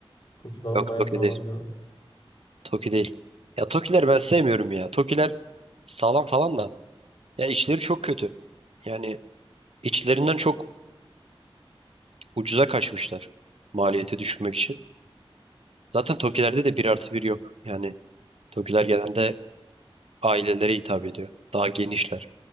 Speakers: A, on the left; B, on the right.
A: TOKİ falan
B: Yok
A: bayağı
B: Toki
A: sağlam
B: değil.
A: diyorlar.
B: Toki değil. Ya Tokileri ben sevmiyorum ya. Tokiler sağlam falan da. Ya içleri çok kötü. Yani içlerinden çok ucuza kaçmışlar. Maliyeti düşürmek için. Zaten Tokilerde de bir artı bir yok. Yani Tokiler genelde ailelere hitap ediyor. Daha genişler.